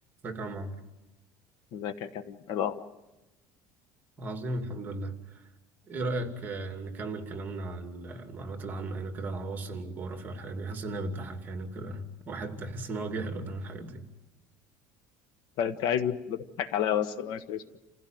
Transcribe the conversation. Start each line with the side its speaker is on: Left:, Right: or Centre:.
Right: ازيك يا عم عمرو
Left: ازيك يا كريم إيه الاخبار
Right: عظيم الحمد لله ايه رأيك آه، نكمل كلامنا على المعلومات العامة يعني كده العواصم والجغرافيا والحاجات دي حاسس انها بتضحك يعني وكده واحد يحس ان هو جاهل قدام الحاجات دي
Left: طيب، انت عايز انت اللي تضحك عليا بس انا مش عايز